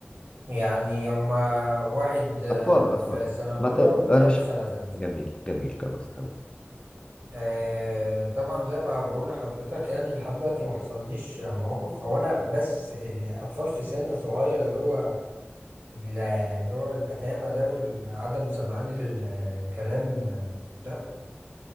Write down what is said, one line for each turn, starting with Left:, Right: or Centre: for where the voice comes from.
Right: يعني هما واحد آه،
Left: أطفال أطفال
Right: في سنة أولى
Left: ما ت...
Right: والتاني
Left: أنا مش
Right: في
Left: ح-
Right: سنة تالتة
Left: جميل جميل خلاص تمام
Right: آه طبعا زي ما بقول لحضرتك يعني لحد دلوقتي ما حصليش مواقف هو انا بس الاطفال في سن صغير اللي هو اللي هو الاتامه ده وعدم سمعان الكلام ده